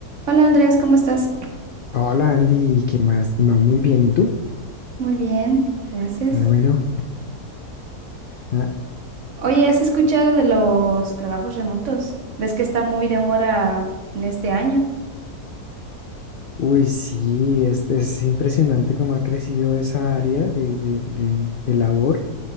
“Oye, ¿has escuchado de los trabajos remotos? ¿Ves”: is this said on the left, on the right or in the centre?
Right